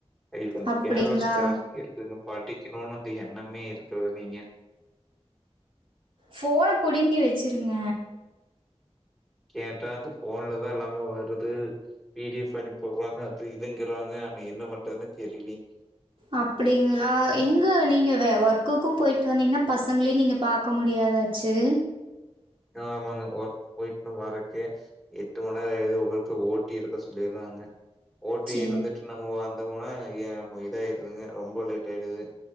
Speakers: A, in the centre; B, on the right.
A: இதுக்கு வந்து
B: அப்படிங்களா?
A: கேர்ளஸ் ஜாஸ்தி இருக்குதுங்க படிக்கன்னுன் அந்த எண்ணமே இருக்கறது இல்லீங்க
B: ஃபோன்ன புடிங்கி வச்சுருங்க
A: கேட்டா அந்த போன்லதா எல்லாமே வருது பிடிஎஃப் பண்ணி போர்றாங்க அது இதுங்கறாங்க ஆன என்ன பண்றதுன்னு தெரியலீங்
B: அப்டிங்களா எங்க நீங்க வே ஒர்க்குக்கோ போயிட்டு வந்தீங்கன்னா பசங்களையு நீங்க பாக்க முடியாத ஆச்சு
A: ஆமாங்க ஒர்க் போயிட்டுன் வரக்கே எட்டு மண்நேர ஆயிடுது ஓர்க்கு ஓ டி இருக்க சொல்லிறாங்க ஓட்டி
B: சரி,
A: இருந்துட்டு நம்ம வந் அங்க போனா ஏ இத ஆயிருதுங்க ரொம்ப லேட் ஆயிடுது